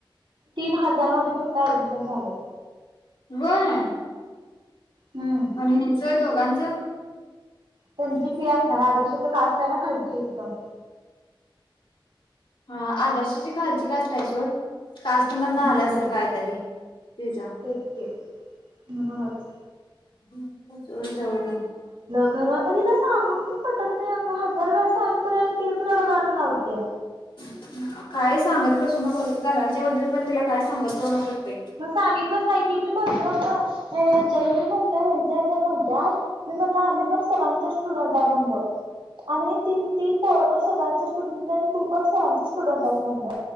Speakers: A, on the right (about 80°); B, on the left (about 70°).
A: तीन हजार मध्ये फक्त ऍडमिशन झालय.
B: व्हय...
A: हम्म
B: आणि ह्यांच दोघांच?
A: त्यांची फी असणार, आदर्शच कास त्यांना खालची एकदम <inaudible>
B: हा आदर्शाची खालची कास्टय सोड, कास्टमधन आलं
A: म्हणूनच
B: असल काय तरी, तिझं.
A: तेच की म्हणूनच
B: <unintelligible> जाऊ दे <inaudible>
A: खर आणि हिला सांगून पण पटत नाही, अगं हजार वेळा सांगितलं तरी आणि तेच रडगाण लावत्या.
B: <inaudible> काय सांगत बसू नकोस सरांच्या बद्दल पण तिला काय सांगत जाऊ नकोस. बाई
A: म सांगितलंच नाही की मी म्हणलो ग. हं यांच्यात मी म्हणल हेच्यांहेच्यांत म्हनत्यात मी म्हणलो, आम्ही पण सरांचे स्टुडंट आहे म्हणलो आणि ती- ती पोरा पण सरांचे स्टुडंट- तू पण सरांचे स्टुडंट आहेस म्हणलं